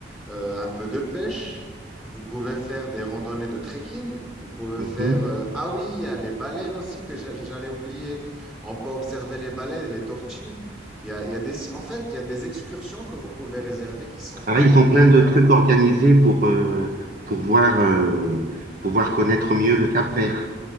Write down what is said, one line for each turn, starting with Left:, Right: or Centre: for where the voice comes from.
Centre: euh, un peu de pêche. Vous pouvez faire des randonnées de trekking. Vous pouvez
Right: Mhm.
Centre: faire... euh, Ah oui, il y a les baleines aussi que j'a- j'allais oublier. On peut observer les baleines et les tortues. Il y a, il y a des... En fait, il y a des excursions que vous pouvez réserver qui sont pas
Right: Ah, ils
Centre: du
Right: ont
Centre: tout
Right: plein
Centre: chères.
Right: de trucs organisés pour, euh, pour voir, euh, pour voir connaître mieux le Cap-Vert.